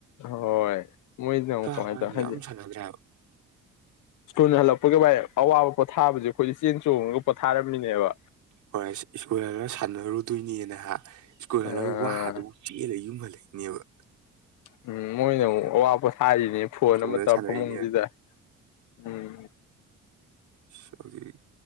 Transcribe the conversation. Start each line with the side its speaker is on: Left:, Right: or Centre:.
Left: ꯍꯣꯏ ꯃꯣꯏꯗꯤꯅ ꯑꯃꯨꯛ ꯀꯃꯥꯏꯅ
Right: ꯑꯉꯥꯡꯁꯤꯡꯁꯦ
Left: ꯇꯧꯋꯦ ꯍꯥꯏꯗꯤ
Right: ꯌꯥꯝ ꯁꯥꯟꯅꯗ꯭ꯔꯦ ꯍꯥꯏꯕ
Left: ꯁ꯭ꯀꯨꯜ ꯍꯜꯂꯛꯄꯒ ꯑꯋꯥꯕ ꯄꯣꯊꯥꯕꯁꯦ ꯑꯩꯈꯣꯏꯗ ꯆꯦꯟ ꯆꯣꯡꯉꯒ ꯄꯣꯊꯥꯔꯝꯃꯤꯅꯦꯕ
Right: ꯍꯣꯏ ꯑꯁ ꯁ꯭ꯀꯨꯜ ꯍꯜꯂꯒ ꯁꯥꯟꯅꯔꯨꯗꯣꯏꯅꯦ ꯅꯍꯥꯛ ꯁ꯭ꯀꯨꯜ
Left: ꯑ
Right: ꯍꯜꯂꯒ ꯋꯥꯗꯨꯕꯨ ꯆꯦꯜꯂ ꯌꯨꯝꯍꯜꯂ ꯕ
Left: ꯎꯝ ꯃꯣꯏꯅꯦ ꯋꯥꯄ ꯍꯥꯏꯔꯤꯅꯦ ꯐꯣꯟ
Right: ꯇꯣꯡꯅ
Left: ꯑꯃ ꯇ
Right: ꯁꯥꯟꯅꯔꯤꯅꯦ
Left: ꯐꯃꯨꯡꯁꯤꯗ ꯎꯝ
Right: ꯁ ꯍꯧꯖꯤꯛ